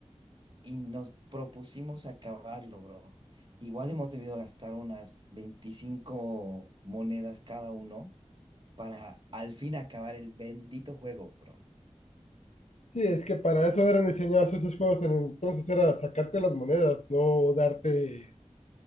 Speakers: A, on the right; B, on the left.
A: y nos propusimos acabarlo, bro. Igual hemos debido gastar unas 25 monedas cada uno para al fin acabar el bendito juego, bro.
B: Sí, es que para eso eran diseñados esos juegos en el entonces, era sacarte las monedas, no darte